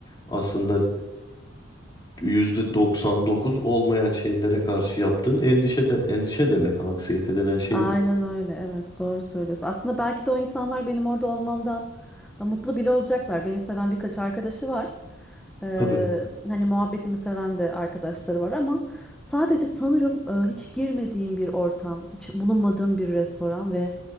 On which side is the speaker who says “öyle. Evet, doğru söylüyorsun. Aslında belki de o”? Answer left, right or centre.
Centre